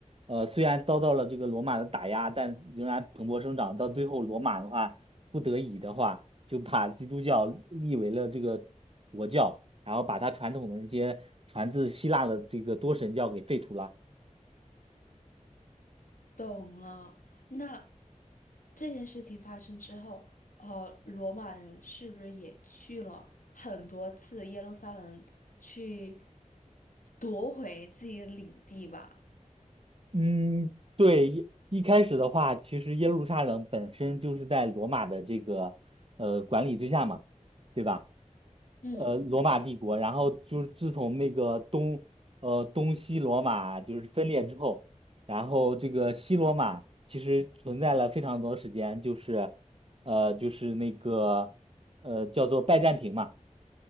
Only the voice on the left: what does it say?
懂了。那这件事情发生之后，呃，罗马人是不是也去了很多次耶路撒冷去夺回自己的领地吧？
嗯